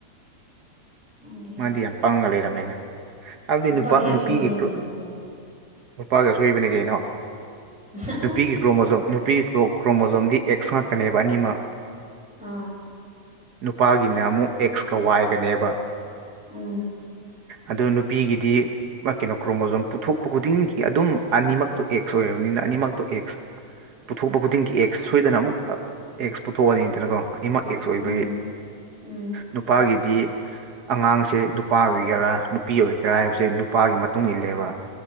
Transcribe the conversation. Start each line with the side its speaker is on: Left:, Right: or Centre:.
Centre: ꯈꯪꯗꯦ
Right: ꯃꯥꯗꯤ ꯌꯥꯝ ꯄꯥꯡꯉ ꯂꯩꯔꯝꯃꯦꯅ <inaudible>
Centre: ꯅꯨꯄꯥꯒꯤ
Right: ꯅꯨꯄꯥ ꯅꯨꯄꯤꯒꯤ
Centre: ꯑꯁꯣꯏꯕꯔꯅꯦ
Right: ꯀ꯭ꯔꯨ
Centre: ꯍꯥꯏꯕꯣ
Right: ꯅꯨꯄꯥꯒ ꯑꯁꯣꯏꯕꯅꯦ ꯀꯩꯅꯣ
Centre: <inaudible>
Right: ꯅꯨꯄꯤꯒꯤ ꯀ꯭ꯔꯣꯃꯣꯖꯣꯝ ꯅꯨꯄꯤꯒꯤ ꯀ꯭ꯔꯣ ꯀ꯭ꯔꯣꯃꯣꯖꯣꯝꯗꯤ ꯑꯦꯛꯁ ꯉꯥꯛꯛꯇꯅꯦꯕ ꯑꯅꯤꯃꯛ
Centre: ꯑꯥ
Right: ꯅꯨꯄꯥꯒꯤꯅ ꯑꯃꯨꯛ ꯑꯦꯛꯁꯀ ꯋꯥꯏꯒꯅꯦꯕ
Centre: ꯎꯝ
Right: ꯑꯗ ꯅꯨꯄꯤꯒꯤꯗꯤ ꯀꯩꯅꯣ ꯀ꯭ꯔꯣꯃꯣꯖꯣꯝ ꯄꯨꯊꯣꯛꯄ ꯈꯨꯗꯤꯡꯒꯤ ꯑꯗꯨꯝ ꯑꯅꯤꯃꯛꯇꯣ ꯑꯦꯛꯁ ꯑꯣꯏꯔꯕꯅꯤꯅ ꯑꯅꯤꯃꯛꯇꯣ ꯑꯦꯛꯁ ꯄꯨꯊꯣꯛꯄ ꯈꯨꯗꯤꯡꯒꯤ ꯑꯦꯛꯁ ꯁꯣꯏꯗꯅ ꯑꯃꯨꯛ ꯑꯦꯛꯁ ꯄꯨꯊꯣꯛꯑꯅꯤꯗꯅꯀꯣ ꯅꯤꯃꯛ ꯑꯦꯛꯁ ꯑꯣꯏꯕꯒꯤ
Centre: ꯎꯝ ꯎꯝ
Right: ꯅꯨꯄꯥꯒꯤꯗꯤ ꯑꯉꯥꯡꯁꯦ ꯅꯨꯄꯥ ꯑꯣꯏꯒꯦꯔꯥ ꯅꯨꯄꯤ ꯑꯣꯏꯒꯦꯔꯥ ꯍꯥꯏꯕꯕꯁꯤꯦ ꯅꯨꯄꯥꯒꯤ ꯃꯇꯨꯡ ꯏꯜꯂꯦꯕ